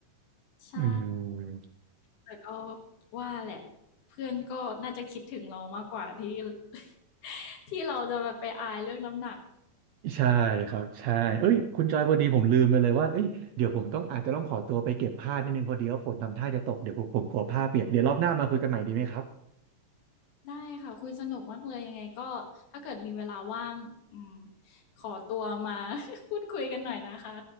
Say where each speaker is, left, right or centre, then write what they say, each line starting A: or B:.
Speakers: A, on the left (about 75°); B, on the right (about 75°).
A: ใช่
B: อืม
A: แต่ก็ว่าแหละเพื่อนก็น่าจะคิดถึงเรามากกว่าที่ <laughs> ที่เราจะแบบไปอายเรื่องน้ำหนัก
B: ใช่ครับใช่เอ้ยคุณจอยพอดีผมลืมไปเลยว่าเอ้ยเดี๋ยวผมต้องอาจจะต้องขอตัวไปเก็บผ้านิดนึงพอดีว่าฝนทำท่าจะตกเดี๋ยวผมผมกลัวผ้าเปียกเดี๋ยวรอบหน้ามาคุยกันใหม่ดีไหมครับ
A: ได้ค่ะคุยสนุกมากเลยยังไงก็ถ้าเกิดมีเวลาว่างอืมขอตัวมา <laughs> พูดคุยกันหน่อยนะคะ